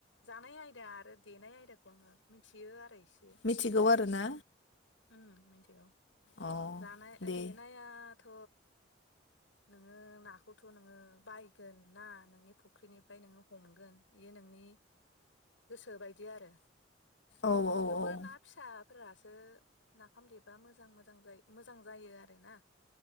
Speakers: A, on the left; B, on the left.
A: जानाय आयदा आरो देनाय आयदाखौ आङो मिथियो आरो एसे
B: मिथिगौ आरोना
A: उम मिथिगौ
B: अ
A: जानाय
B: दे
A: देनायाथ' नोङो नाखौथ' नोङो बायगोन ना नोंनि फुख्रिनिफ्राय नोङो हमगोन एयो नोंनि गोसो बाय दि आरो
B: औ औ
A: थेवबो
B: औ
A: ना फिसा फोरासो नाफाम देबा मोजां मोजां जायो। मोजां जायो आरो ना।